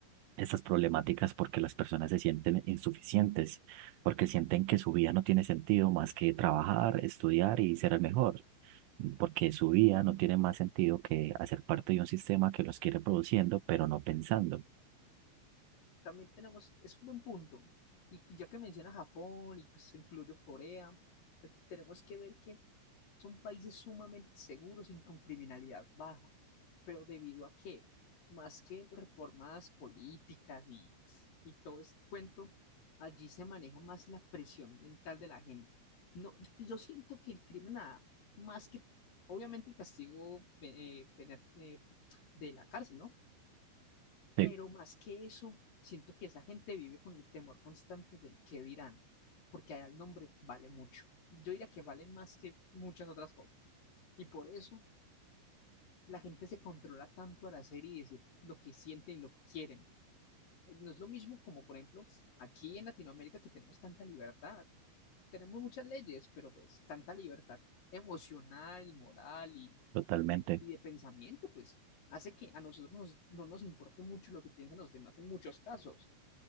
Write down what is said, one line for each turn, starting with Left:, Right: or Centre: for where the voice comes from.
Right: estas problemáticas porque las personas se sienten insuficientes, porque sienten que su vida no tiene sentido más que trabajar, estudiar y ser el mejor, porque su vida no tiene más sentido que hacer parte de un sistema que los quiere produciendo, pero no pensando.
Left: también tenemos, es un buen punto. Y, y ya que menciona Japón y pues incluyo Corea, eh, tenemos que ver que son países sumamente seguros y con criminalidad baja. Pero debido a que, más que reformas políticas y, y todo ese cuento, allí se maneja más la presión mental de la gente. No, yo yo siento que el crimen, nada más que, obviamente, el castigo eh, pena- eh, de la cárcel, ¿no? Pero
Right: Sí,
Left: más que eso, siento que esa gente vive con el temor constante del qué dirán, porque allá el nombre vale mucho. Yo diría que vale más que muchas otras cosas. Y por eso la gente se controla tanto al hacer y decir lo que sienten y lo que quieren. No es lo mismo como, por ejemplo, aquí en Latinoamérica que tenemos tanta libertad. Tenemos muchas leyes, pero pues tanta libertad emocional y moral y,
Right: totalmente.
Left: y de pensamiento, pues hace que a nosotros nos- no nos importe mucho lo que piensan los demás en muchos casos